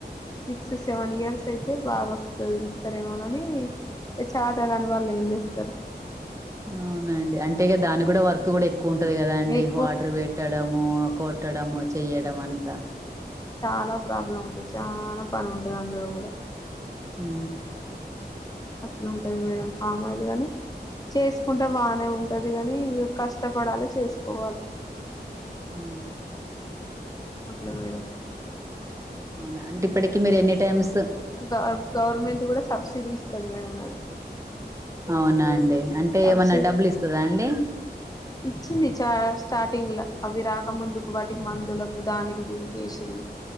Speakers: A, on the left; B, on the right.
A: సిక్స్ సెవెన్ ఇయర్స్ అయితే బాగా వస్తది ఇస్తారేమో గాని చాతా కాని వాళ్ళు ఏం చేస్తారు
B: అవునా అండి అంటే ఇగ దాని కూడా వర్క్ కూడా ఎక్ క్కువ ఉంటది కదా అండి
A: ఎక్కువ
B: వాటర్ పెట్టడము ఆ కొట్టడము చెయడం అంతా
A: చాలా ప్రాబ్లం ఉంటుంది చాలా పని ఉంటది అందులో కూడా
B: ఊ ఊ
A: అట్లుంటాది మేడం ఫామాయిలు గాని చేసుకుంటే బానే ఉంటది గాని ఇగ కష్టపడాలె చేసుకోవాలె
B: ఊ
A: పుట్లా మేడం
B: అవునా అంటే ఇప్పటికిీ మీరు ఎన్ని టైమ్స్
A: గవర్ గవర్నమెంట్ కూడా సబ్సిడీ ఇస్తది మేడం దానికి
B: అవునా అండి అంటే
A: సబ్సిడీ
B: ఏమన్నా డబ్బులు ఇస్తదా అండి
A: ఇచ్చింది చా స్టార్టింగ్ ల అవి రాకముందుకు వాటికి మందులకు దానికి దీని కేసిళ్లు